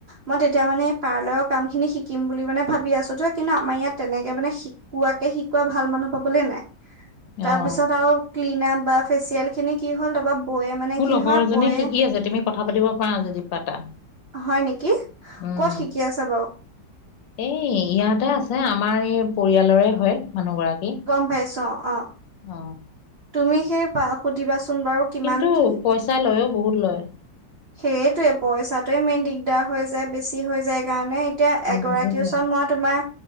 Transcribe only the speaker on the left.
অঁ।
মোৰ
লগৰ
এজনে
শিকি আছে, তুমি কথা পাতিব পাৰা এটা
উম
এই ইয়াতে আছে আমাৰ এই পৰিয়ালৰে হয়। মানুহগৰাকী
অ
কিন্তু
পইচা লয়ও বহুত লয়
বহুত লয়